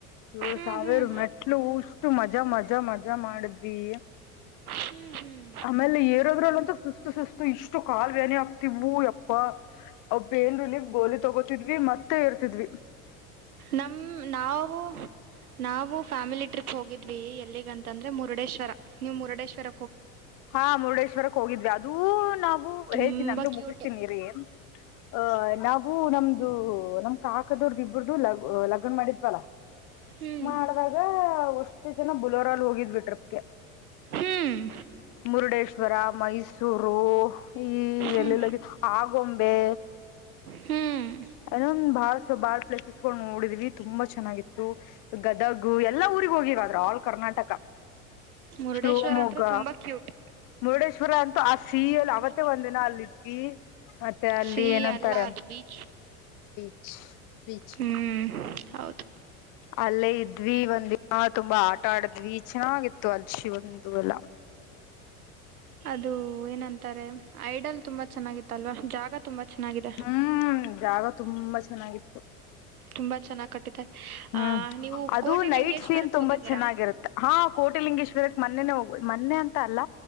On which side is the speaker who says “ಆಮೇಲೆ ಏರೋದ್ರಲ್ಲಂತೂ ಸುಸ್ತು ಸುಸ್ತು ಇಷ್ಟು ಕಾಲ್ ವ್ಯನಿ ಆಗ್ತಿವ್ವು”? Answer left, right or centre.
Left